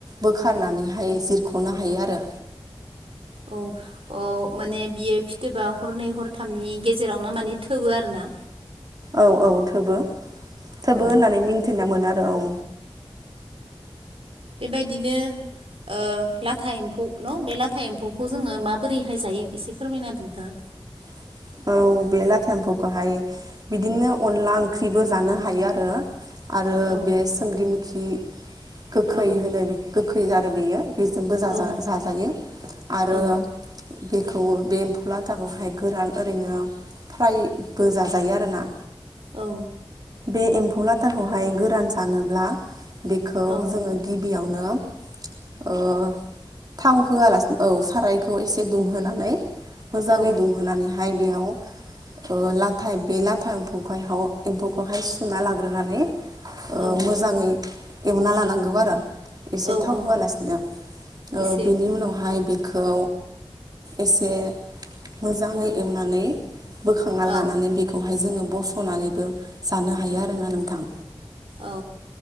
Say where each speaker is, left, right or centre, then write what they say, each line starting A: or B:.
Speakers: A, on the right; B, on the right.
A: बोखारनानै हायो जिरख'नो हायो आरो
B: औ अ माने बियो फि फिथोबा हरनै हरथामनि गेजेरावनो माने थोबो आरो ना
A: औ औ थोबो थोबो
B: औ
A: होननानै मिन्थिना मोनो आरो औ
B: बेबायदिनो ओ लाथा एम्फौ न' बे लाथा एम्फौखौ जोङो माबोरैहाय जायो एसे फोरमायना नोंथाङा
A: <inaudible> औ बे लाता एम्फुखौहाय बिदिनो अनला ओंख्रिबो जानो हायो आरो आरो
B: औ
A: बे सोंग्रिमोखि गोखै
B: औ
A: होनो गोखै आरो बेयो बेजोंबो
B: औ
A: जाजायो आरो
B: औ
A: बेखौ बे एम्फौ लाथाखौहाय गोरान ओरैनो फ्रायबो जाजायो आरोना
B: औ
A: बे एम्फौ लाथाखौहाय गोरान सानोब्ला बेखौ
B: औ
A: जोङो गिबियाव नो ओ थाव होआलासिनो औ सारायखौ एसे दुंहोनानै मोजाङै
B: औ
A: दुंहोनानै हाय बेयाव ओ लाथाया बे लाथाखौ एम्फौखौहाय सुना लाग्रोनानै ओ
B: औ
A: मोजाङै एवना लानांगौ आरो एसे
B: औ
A: थाव
B: औ
A: होआलासिनो ओ
B: एसे
A: बेनि उनावहाय
B: औ
A: बेखौ एसे मोजाङै एवनानै बोखांना
B: औ
A: लानानै बेखौहाय जोङो बस'नानैबो जानो हायो आरोना नोंथां
B: औ